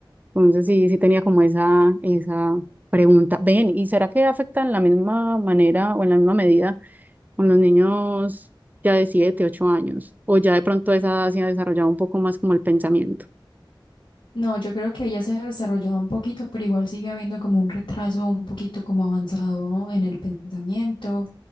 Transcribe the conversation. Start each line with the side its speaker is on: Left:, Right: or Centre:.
Right: Entonces sí, sí tenía como esa, esa pregunta. Ven, ¿y será que afectan de la misma manera o en la misma medida con los niños ya de 7 8 años? O ya de pronto a esa edad se ha desarrollado un poco más como el pensamiento.
Left: No, yo creo que ella se ha desarrollado un poquito, pero igual sigue habiendo como un retraso, un poquito como avanzado en el pensamiento,